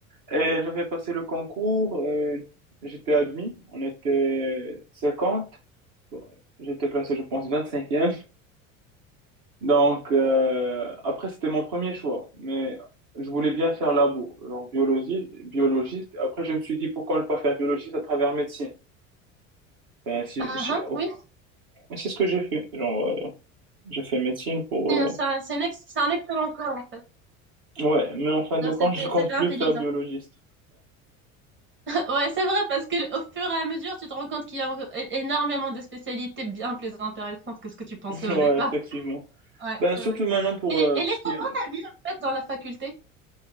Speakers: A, on the right (about 55°); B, on the right (about 30°).
A: et j'avais passé le concours. et J'étais admis. On était 50. J'étais classé, je pense, vingt-cinquième. Donc, euh, après, c'était mon premier choix, mais je voulais bien faire labo, genre biologie, biologiste. Après, je me suis dit, pourquoi ne pas faire biologiste à travers médecine? Ben, si-
B: Ah,
A: si-
B: hein, oui.
A: c'est ce que j'ai fait. Genre, euh, j'ai fait médecine pour...
B: Et
A: euh,
B: ça- C'est une ex- c'est un excellent choix, en fait.
A: Ouais, mais en fin de
B: Genre,
A: compte,
B: C'était,
A: <laughs> je compte
B: c'était intelligent.
A: plus faire biologiste.
B: Ouais, c'est vrai, parce que au fur et à mesure, tu te rends compte qu'il y a encore é- énormément de spécialités bien plus intéressantes que ce que tu pensais
A: <laughs> Ouais,
B: au départ.
A: effectivement.
B: Ouais,
A: Ben,
B: c'est
A: surtout
B: vrai.
A: maintenant pour
B: Et
A: euh,
B: elle
A: tout
B: est
A: ce qui
B: comment
A: est...
B: ta vie, en fait, dans la faculté?